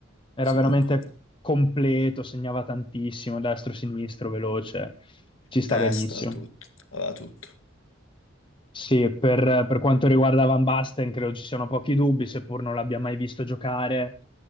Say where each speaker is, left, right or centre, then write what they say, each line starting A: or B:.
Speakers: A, on the left; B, on the left.
A: Era
B: sono
A: veramente
B: d'accordo.
A: completo, segnava tantissimo, destro, sinistro, veloce. Ci sta
B: Testa,
A: benissimo.
B: tutto, aveva tutto.
A: Sì, per, per quanto riguarda Van Basten, credo ci siano pochi dubbi, seppur non l'abbia mai visto giocare,